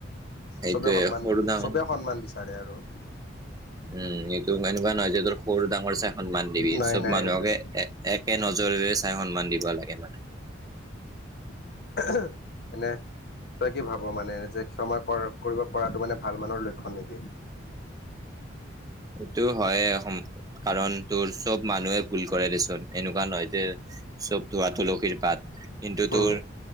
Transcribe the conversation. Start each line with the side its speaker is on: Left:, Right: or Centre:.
Right: সেইটোয়ে
Left: চবে সন্মান
Right: সৰু ডাঙৰ
Left: চবে সন্মান বিচ চাৰে আৰু
Right: উম, এইটো এনেকুৱা নহয় যে তোৰ সৰু ডাঙৰ চাই সন্মান দিবি
Left: নাই
Right: চব
Left: নাই
Right: মানুহকে
Left: সেইটোৱে
Right: এ একে নজৰেৰে চাই সন্মান দিব লাগে মানে।
Left: <unintelligible> মানে তই কি ভাব মানে যে ক্ষমা কৰা কৰিব পৰাটো মানে ভাল মানুহৰ লক্ষণ নেকি?
Right: এইটো হয়, কাৰণ তোৰ চব মানুহে ভুল কৰে দেচোন। এনেকুৱা নহয় যে চব ধোৱা তুলসীৰ পাত। কিন্তু তোৰ
Left: উম